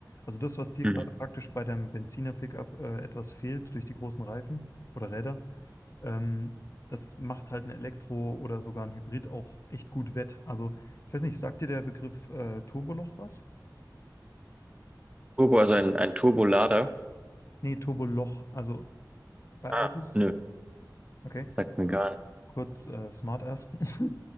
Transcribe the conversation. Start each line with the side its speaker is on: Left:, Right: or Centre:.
Left: Also das, was dir
Right: Mhm.
Left: gerade praktisch bei deinem Benziner-Pickup äh, etwas fehlt durch die großen Reifen oder Räder, Ähm, das macht halt ein Elektro- oder sogar ein Hybrid auch echt gut wett. Also, ich weiß nicht, sagt dir der Begriff äh, Turboloch was?
Right: Turbo, also ein, ein Turbolader?
Left: Nee, Turboloch. Also bei
Right: Ah,
Left: Autos,
Right: nö,
Left: okay,
Right: sagt mir gar nicht.
Left: kurz äh, Smartass, <laughs>